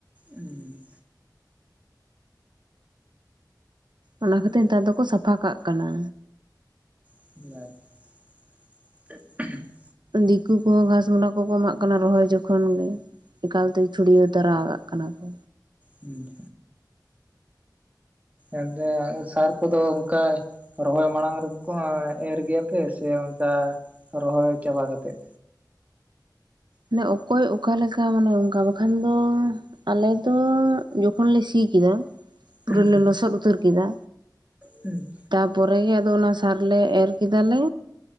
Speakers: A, on the right; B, on the right.
A: ᱩᱸ।
B: ᱚᱱᱟ ᱠᱷᱟᱹᱛᱤᱨ ᱱᱮᱛᱟᱨ ᱫᱚᱠᱚ ᱥᱟᱯᱷᱟ ᱠᱟᱜ ᱠᱟᱱᱟ।
A: <unintelligible>
B: ᱫᱤᱠᱩ ᱠᱚᱦᱚᱸ ᱜᱷᱟᱥᱢᱚᱰᱟ ᱠᱚᱠᱚ ᱮᱢᱟᱜ ᱠᱟᱱᱟ, ᱨᱚᱦᱚᱭ ᱡᱚᱠᱷᱚᱱ ᱜᱮ। ᱮᱠᱟᱞᱛᱮ ᱪᱷᱩᱰᱭᱟᱹᱣ ᱛᱟᱨᱟ ᱠᱟᱜ ᱠᱟᱱᱟ ᱠᱚ।
A: ᱦᱩᱸ ᱮᱱᱛᱮ ᱥᱟᱨ ᱠᱚᱫᱚ ᱚᱝᱠᱟ ᱨᱚᱦᱚᱭ ᱢᱟᱲᱟᱝ ᱨᱮᱠᱚ ᱮᱨ ᱜᱮᱭᱟᱯᱮ ᱥᱮ ᱚᱱᱠᱟ ᱨᱚᱦᱚᱭ ᱪᱟᱵᱟ ᱠᱟᱛᱮᱜ?
B: ᱢᱟᱱᱮ ᱚᱠᱚᱭ ᱚᱠᱟᱞᱮ ᱞᱮᱠᱟ ᱢᱟᱱᱮ ᱚᱝᱠᱟ ᱵᱟᱠᱷᱟᱱ ᱫᱚ ᱟᱞᱮ ᱫᱚ ᱡᱚᱠᱷᱚᱱ ᱞᱮ ᱥᱤ ᱠᱮᱫᱟ, ᱯᱩᱨᱟᱹ
A: ᱦᱩᱸ
B: ᱞᱮ ᱞᱚᱥᱚᱫ ᱩᱛᱟᱹᱨ ᱠᱮᱫᱟ
A: ᱦᱩᱸ,
B: ᱛᱟᱯᱚᱨᱮ ᱜᱮ ᱟᱫᱚ ᱚᱱᱟ ᱥᱟᱨ ᱞᱮ ᱮᱨ ᱠᱮᱫᱟᱞᱮ